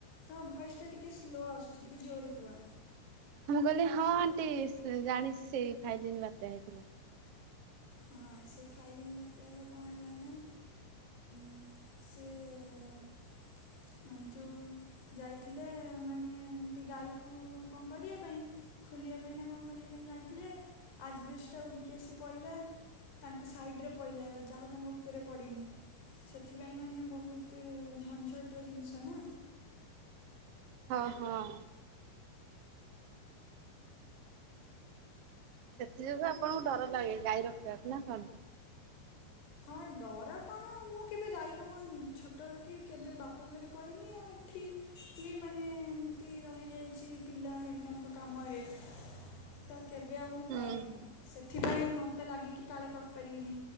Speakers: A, on the left (about 65°); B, on the right (about 75°).
A: ତମ ଭଏସ ଟା ଟିକେ ସ୍ଲୋ ଆସୁଛି ଟିକେ ଜୋରେ କୁହ।
B: ମୁଁ କହିଲି ହଁ ଆଣ୍ଟି ଜାଣିଛି ସେଇ ଫାଇଲିନ ବାତ୍ୟା ହେଇଥିଲା।
A: ହଁ ସେ ଫାଇଲିନ୍ ବାତ୍ୟାଏଳେ କଣ ହେଲା ନା? ସିଏ ନାଇଁ ଯୋଉ ଯାଇଥିଲେ ମାନେ ଏମିତି ଗାଈକୁ କଣ କରିବା ପାଇଁ ଖୋଲିବା ପାଇଁ ନା କଣ କରିବା ପାଇଁ ଯାଇଥିଲେ ଆଜବେଶ୍ଟା ଉଡ଼ିକି ଆସି ପଇଲା। ତାଙ୍କ ସାଇଡ଼ରେ ପଇଲା ଯାହା ହଉ ତାଙ୍କ ଉପରେ ପଡ଼ିନି। ସେଥିପାଇଁ ମାନେ ବହୁତ ଝଂଝଟ ର ଜିନିଷ ନା।
B: ହଁ ହଁ। ସେଥିଯୋଗୁଁ ଆପଣଙ୍କୁ ଡର ଲାଗେ ଗାଈ ରଖିବାକୁ ନା କଣ?
A: ହଁ ଡର କଣ ମୁଁ କେବେ ଗାଈ କାମ ଛୋଟବେଳୁ କି କେବେ ବାପ ଘରେ କରିନି ଆଉ ଏଠି ବି ମାନେ ଏମିତି ରହିଯାଇଛି ପିଲା ହେରି ତାଙ୍କ କାମରେ ତ କେବେ ଆଉ ମୁଁ
B: ହୁଁ
A: କରିନି। ସେଥିପାଇଁ ମୋତେ ଲାଗେ କି କାଳେ କରିପାରିବିନି।